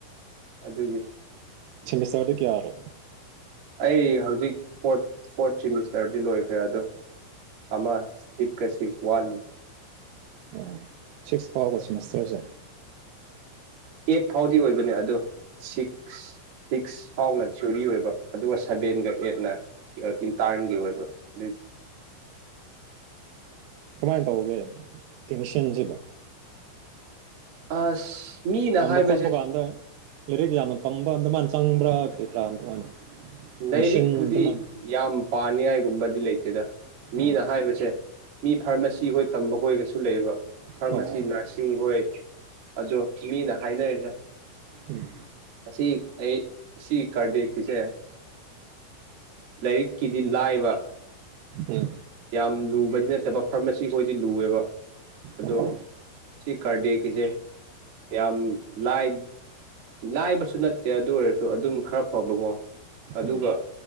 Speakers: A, on the right; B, on the right.
A: ꯑꯗꯨꯒꯤ
B: ꯆꯃꯤꯁꯔꯗ ꯀꯌꯥꯔꯣ
A: ꯑꯩ ꯍꯧꯖꯤꯛ ꯐꯣꯔ ꯐꯣꯔꯠ ꯁꯤꯦꯃꯤꯁꯇꯔꯗꯤ ꯂꯣꯏꯈ꯭ꯔꯦ ꯑꯗ ꯑꯃ ꯆꯤꯞ ꯀꯁꯤꯞꯁ ꯋꯥꯜꯅꯤ
B: ꯑꯣ ꯁꯤꯛꯁ ꯐꯥꯎꯕ ꯁꯤꯦꯃꯤꯁꯇꯔꯁꯦ
A: ꯑꯦꯠ ꯐꯥꯎꯗꯤ ꯑꯣꯏꯕꯅꯦ ꯑꯗꯣ ꯁꯤꯛꯁ ꯁꯤꯛꯁ ꯐꯥꯎꯅ ꯊꯤꯌꯔꯤ ꯑꯣꯏꯕ ꯑꯗꯨꯒ ꯁꯚꯦꯟꯒ ꯑꯦꯠꯅ ꯏꯟꯇꯟꯒꯤ ꯑꯣꯏꯕ ꯑꯗꯨ
B: ꯀꯃꯥꯏꯅ ꯇꯧꯒꯦ ꯇꯦꯛꯅꯤꯁꯤꯟꯁꯤꯕ
A: ꯑꯁ ꯃꯤꯅ
B: ꯇꯝꯕ
A: ꯍꯥꯏꯕꯁꯦ
B: ꯈꯣꯠꯄ ꯀꯥꯟꯗ ꯂꯥꯏꯔꯤꯛ ꯌꯥꯝꯅ ꯇꯝꯕ ꯑꯗꯨ ꯑꯗꯨꯃꯥꯏꯅ ꯆꯪꯕ꯭ꯔꯥ ꯀꯔꯤ ꯀꯔꯥ ꯑꯗꯨꯃꯥꯏꯅ
A: ꯂꯥꯏꯔꯤꯛꯄꯨꯗꯤ
B: ꯃꯦꯆꯤꯟ ꯑꯗꯨꯃꯥꯏꯅ
A: ꯌꯥꯝ ꯄꯥꯅꯤꯡꯉꯥꯏꯒꯨꯝꯕꯗꯤ ꯂꯩꯇꯦꯗ ꯃꯤꯅ
B: ꯑꯣ
A: ꯍꯥꯏꯕꯁꯦ ꯃꯤ ꯐꯥꯔꯃꯥꯁꯤ ꯍꯣꯏ ꯇꯝꯕ ꯍꯣꯏꯒꯁꯨ ꯂꯩꯌꯦꯕ ꯐꯥꯔꯃꯥꯁꯤ
B: ꯍꯣꯏ ꯍꯣꯏ
A: ꯅꯔꯁꯤꯡ ꯍꯣꯏ ꯑꯗꯣ ꯐꯤꯅꯤꯅ ꯍꯥꯏꯅꯔꯤꯁꯦ
B: ꯎꯝ
A: ꯑꯁꯤ ꯑꯩ ꯁꯤ ꯀꯔꯗꯦ ꯀꯁꯦ ꯂꯥꯏꯔꯤꯛꯀꯤꯗꯤ ꯂꯥꯏꯕ
B: ꯎꯝ
A: ꯌꯥꯝ ꯂꯨꯕꯗꯤ ꯅꯠꯇꯕ ꯐꯥꯔꯃꯥꯁꯤ ꯑꯩꯈꯣꯏꯗꯤ ꯂꯨꯑꯦꯕ ꯑꯗꯣ
B: ꯎꯝ ꯑꯣ
A: ꯁꯤ ꯀꯥꯔꯗꯦꯒꯤꯁꯦ ꯌꯥꯝ ꯂꯥꯏ ꯂꯥꯏꯕꯁꯨ ꯅꯠꯇꯦ ꯑꯗꯨ ꯑꯣꯏꯔꯁꯨ ꯑꯗꯨꯝ ꯈꯔ ꯐꯕꯀꯣ ꯑꯗꯨꯒ
B: ꯎꯝ